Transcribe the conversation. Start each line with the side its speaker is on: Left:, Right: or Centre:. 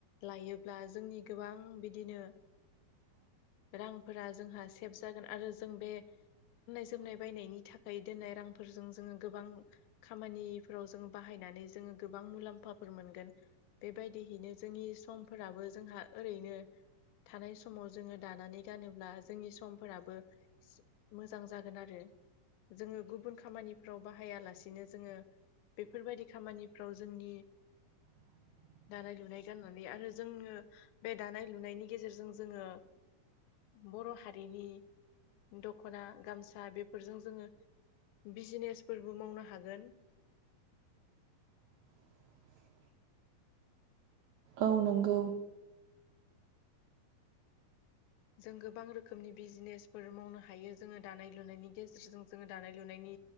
Left: लायोब्ला जोंनि गोबां बिदिनो
Right: <inaudible>
Left: रांफोरा जोंहा सेभ जागोन आरो जों बे गाननाय जोमनाय बायनायनि थाखाय दोननाय रांफोरजों जोङो गोबां खामानिफोराव जोङो बाहायनानै जोङो गोबां मुलाम्फा मोनगोन बेबायदिहैनो जोंनि समफोराबो जोंहा ओरैनो थानाय समाव जोङो दानानै गानोब्ला जोंनि समफोराबो मोजां जागोन आरो जोङो गुबुन खामानिफ्राव बाहायालासिनो जोङो बेफोरबायदि खामानिफ्राव जोंनि
Right: <inaudible>
Left: दानाय लुनाय गाननानै आरो जोङो बे दानाय लुनायनि गेजेरजों जोङो बर' हारिनि दख'ना गामसा बेफोरजों जोङो बिजनेसफोरबो मावनो हागोन।
Right: <inaudible> औ नोंगौ।
Left: जों गोबां रोखोमनि बिजनेसफोर मावनो हायो जोङो दानाय लुनायनि गेजेरजों जोङो दानाय लुनायनि